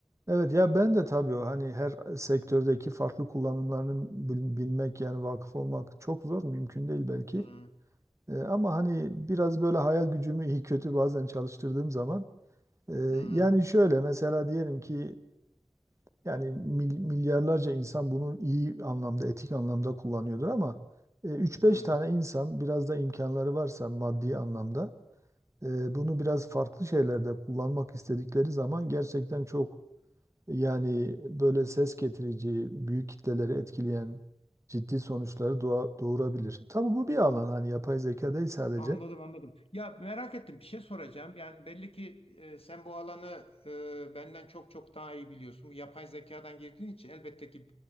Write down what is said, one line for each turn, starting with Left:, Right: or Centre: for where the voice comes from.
Right: Evet ya ben de tabii o hani her sektördeki farklı kullanımlarını bil- bilmek yani vakıf olmak çok zor, mümkün değil belki.
Left: Hı hı.
Right: E, ama hani biraz böyle hayal gücümü iyi kötü bazen çalıştırdığım zaman e,
Left: Hı
Right: yani şöyle mesela diyelim ki e, yani mil- milyarlarca insan bunu iyi anlamda, etik anlamda kullanıyordur ama e, 3-5
Left: hı.
Right: tane insan biraz da imkanları varsa maddi anlamda e, bunu biraz farklı şeylerde kullanmak istedikleri zaman gerçekten çok yani böyle ses getirici, büyük kitleleri etkileyen ciddi sonuçları doğa- doğurabilir. Tabii bu bir alan hani yapay zeka değil sadece.
Left: Anladım anladım. Ya merak ettim bir şey soracağım. Yani belli ki e, sen bu alanı e, benden çok çok daha iyi biliyorsun. Bu yapay zekadan girdiğin için elbette ki